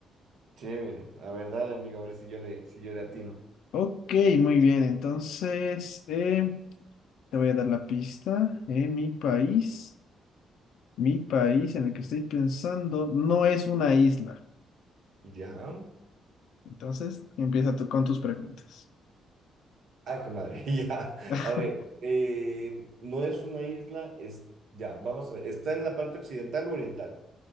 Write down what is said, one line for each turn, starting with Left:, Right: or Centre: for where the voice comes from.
Right: Chévere. A ver, dale, amigo, a ver si yo le, si yo le atino.
Left: Ok, muy bien, entonces eh, te voy a dar la pista. eh, mi país, mi país en el que estoy pensando no es una isla.
Right: Ya.
Left: Entonces empieza tú con tus preguntas.
Right: Ay, hijo de madre, <laughs> ya.
Left: <laughs>
Right: A ver, eh, no es una isla, es, ya, vamos a ver, ¿está en la parte occidental o oriental?